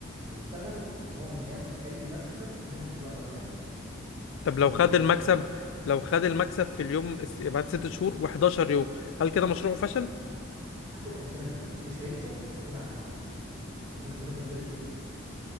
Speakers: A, on the right; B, on the left.
A: هيشتغل ان هو مش هياخد اي مكسب من المشروع اللي هو هيعمله
B: طب
A: انت
B: لو
A: فاهمني
B: خد
A: يا استاذ
B: المكسب
A: سيف
B: لو خد المكسب في اليوم الس- بعد ست شهور و11 يوم هل كده مشروعه فشل
A: هتبقى مشكله كبيره مش هيفشل بس هيكون على حافه الفشل وممكن بنسبه كبيره جدا يفشل